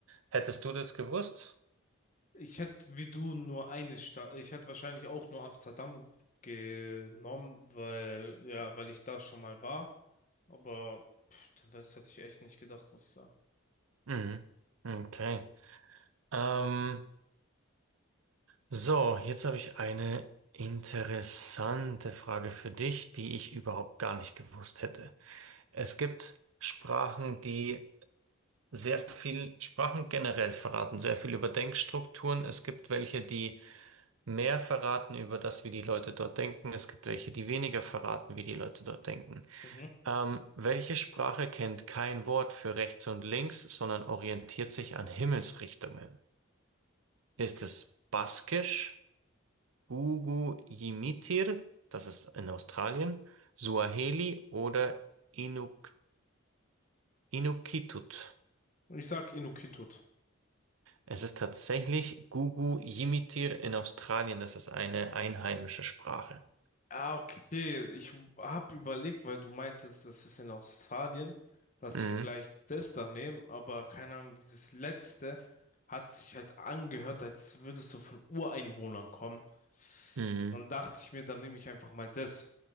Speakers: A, on the right; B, on the left.
A: Hättest du das gewusst?
B: Ich hätte wie du nur eine Stadt, ich hätte wahrscheinlich auch nur Amsterdam genommen, weil, ja, weil ich da schon mal war. Aber pff, den Rest hätte ich echt nicht gedacht, muss ich sagen.
A: Mhm. Okay. Ähm, so, jetzt habe ich eine interessante Frage für dich, die ich überhaupt gar nicht gewusst hätte. Es gibt Sprachen, die sehr viel Sprachen generell verraten, sehr viel über Denkstrukturen. Es gibt welche, die mehr verraten über das, wie die Leute dort denken. Es gibt welche, die weniger verraten, wie die Leute dort denken.
B: Mhm.
A: Ähm, welche Sprache kennt kein Wort für rechts und links, sondern orientiert sich an Himmelsrichtungen? Ist es Baskisch, Gugu Yimitir, das ist in Australien, Suaheli oder Inuk Inukitut?
B: Ich sag Inukjuat.
A: Es ist tatsächlich Gugu Yimitir in Australien. Das ist eine einheimische Sprache.
B: Ah, okay. Ich habe überlegt, weil du meintest, das ist in Australien, dass
A: Mhm.
B: ich vielleicht das dann nehme, aber keine Ahnung, dieses letzte hat sich halt angehört, als würdest du von Ureinwohnern kommen.
A: Mhm.
B: Dann dachte ich mir, dann nehme ich einfach mal das.